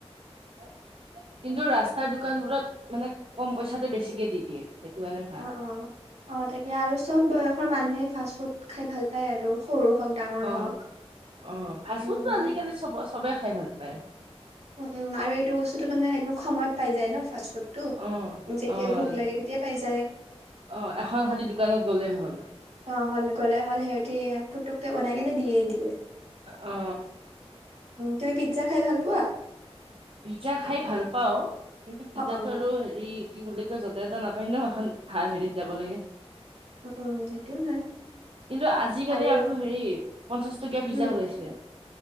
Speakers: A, on the right; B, on the right.
A: কিন্তু ৰাস্তাৰ দোকানবোৰত মানে কম পইচাতে বেছিকে দি দিয়ে সেইটো কাৰণে ভাল
B: অ অ অ তাকে আৰু চব বয়সৰ মানুহে ফাষ্ট ফুড খাই ভাল পায় আৰু সৰু হওক ডাঙৰ
A: অ
B: হওক।
A: অ ফাষ্ট
B: উম,
A: ফুডটো আজিকালি চব চবে খাই ভাল পাই
B: উম উম আৰু এইটো বস্তুতটো মানে একদম সময়ত পাই যায় ন ফাষ্ট ফুড টো
A: অ',
B: যেতিয়াই
A: অ',
B: ভোক লাগে তেতিয়া পাই যায়
A: অ এখন খালি দোকানত গ'লেই হ'ল
B: অ হল গ'লে হ'ল সিহতি পুতুককে বনাই কেনে দিয়ে দিবে
A: অ
B: তুমি পিজ্জা খাই ভাল পোৱা
A: পিজ্জা খাই ভাল পাওঁ কিন্তু পিজ্জাটো
B: অ', অ',
A: আৰু হেৰি কি বুলি য'তে ত নাপায়ি ন সখন ভাল হেৰিত যাব লাগে
B: উ উম সেইটোও হয়
A: কিন্তু আজিকালি
B: আৰু
A: আকৌ হেৰি পঞ্চাশ টকীয়া পিজ্জা
B: উম
A: ওলাইছে।